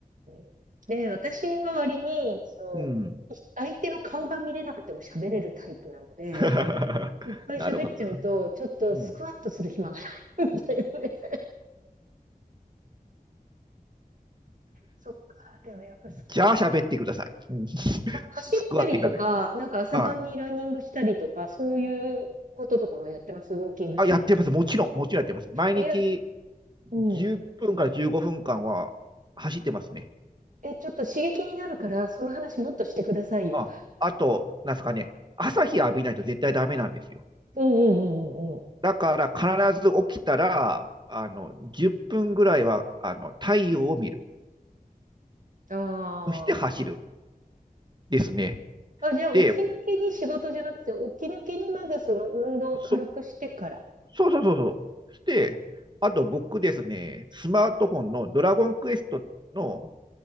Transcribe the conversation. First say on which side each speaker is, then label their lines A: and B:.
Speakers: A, on the right; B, on the right.
A: ん。で、私は割に、その、
B: ーうん。
A: ひ相手の顔が見れなくても喋れるタイプなので、
B: <laughs>
A: いっぱい喋っちゃうと、
B: なるほどな。
A: ちょっとスクワットする暇がないんだよね。
B: うん。
A: <laughs> そっか、でもやっぱスクワット。
B: じゃあ、喋ってください。うん。ススクワットいらない。
A: 走ったりとか、なんか朝晩にランニングしたりとか、
B: あ、
A: そういうこととかもやってます。ウォーキングしたりとか。
B: あ、やってます。もちろん、もちろんやってます。毎日
A: いや、うん。
B: 10分から15分間は走ってますね。
A: え、ちょっと刺激になるから、その話もっとしてくださいよ。
B: あ、あと、なんですかね、朝日浴びないと絶対ダメなんですよ。
A: うんうんうんうんう
B: だから必ず起きたら、あの、10分ぐらいは、あの、太陽を見る。
A: ん。ああ。
B: そして走る。ですね。
A: あ、じゃあ、
B: で、
A: 起き抜けに仕事じゃなくて、起き抜けにまずその運動を軽くしてから。
B: そ、そうそうそうそう。して、あと僕ですね、スマートフォンのドラゴンクエストの